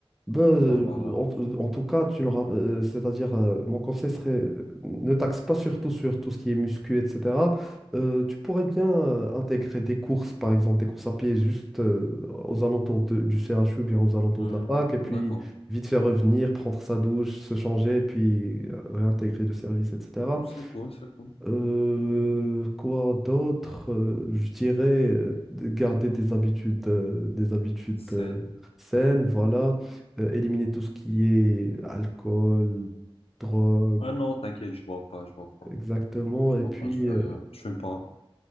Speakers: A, in the centre; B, on the left (about 80°).
A: Ben, euh,
B: Ça va.
A: en, euh, en tout cas, tu n'auras, euh, c'est-à-dire, euh, mon conseil serait, euh, ne taxe pas surtout sur tout ce qui est muscu, etc. Euh, tu pourrais bien euh, intégrer des courses, par exemple, des courses à pied juste euh, aux alentours de- du CHU ou bien aux alentours
B: Hmm,
A: de la fac, et puis
B: d'accord.
A: vite faire revenir, prendre sa douche, se changer, et puis euh, réintégrer le service, etc.
B: Hmm, C'est cool, c'est cool.
A: Euh,
B: Hmm,
A: quoi d'autre? Euh, je dirais euh, de garder des habitudes, euh, des habitudes
B: Scène.
A: euh, saines, voilà. Euh, éliminer tout ce qui est alcool, drogue,
B: Ah non, t'inquiète, je bois pas, je bois pas.
A: exactement.
B: Je
A: Et
B: bois
A: puis,
B: pas, je fais
A: euh,
B: rien. Je fume pas.